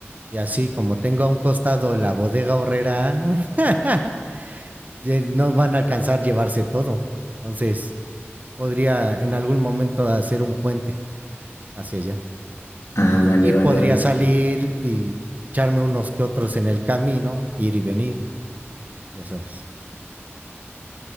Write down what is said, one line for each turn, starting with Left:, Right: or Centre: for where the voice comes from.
Right: Y así como tengo a un costado la bodega horrera, <laughs> no van a alcanzar llevarse todo. Entonces, podría en algún momento hacer un puente hacia allá.
Left: Ah, vale,
Right: Y
Left: vale,
Right: podría
Left: vale.
Right: salir y echarme unos que otros en el camino, ir y venir. Ya sabes.